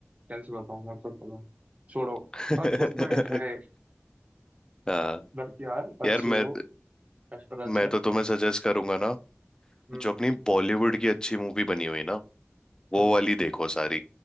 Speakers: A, on the right; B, on the left.
A: कैसे बताऊँ मैं तो तुम्हें छोड़ो
B: <laughs>
A: पर उसमें है
B: हाँ
A: लड़कियां है
B: यार
A: अच्छी
B: मैं
A: है वो एक्ट्रेस
B: मैं
A: है
B: तो तुम्हें सजेस्ट करूंगा ना
A: हम्म
B: जो अपनी बॉलीवुड की अच्छी मूवी बनी हुई ना वो
A: हम्म
B: वाली देखो सारी